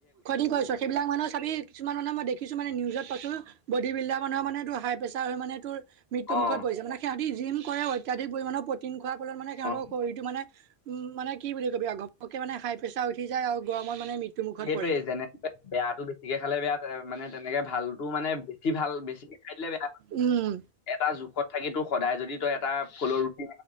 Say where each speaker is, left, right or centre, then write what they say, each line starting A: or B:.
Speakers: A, on the right; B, on the left.
A: খ কৈছ, সেইবিলাক মানুহৰ চাবি কিছুমান মানে মই দেখিছো মানে নিউজত পাইছো বডী বিল্ডাৰ মানুহ মানেটো হাই প্ৰেচাৰ হয় মানে তোৰ মৃত্যু
B: অ',
A: মুখত পৰিছে, মানে সিহতি জিম কৰে অত্যাধিক পৰিমাণৰ পতিন খ ফলত মানে সিহতৰ
B: অ'।
A: শৰটো মানে, উ মানে কি বুলি কবি আকৌ একে মানে হাই প্ৰেচাৰ উঠি যাই আও গৰমত মানে মৃত্যু মুখত
B: সেইটোৱেই
A: পৰে।
B: যেনেকে বেয়াতটো বেছিকে খালে বেয়া, মানে তেনেকে ভালতো মানে বেছি ভাল বেছিকে খাই দিলে বেয়া।
A: উম
B: এটা জোখত থাকি তোৰ সদায় যদি তই এটা ফুলৰ ৰুটি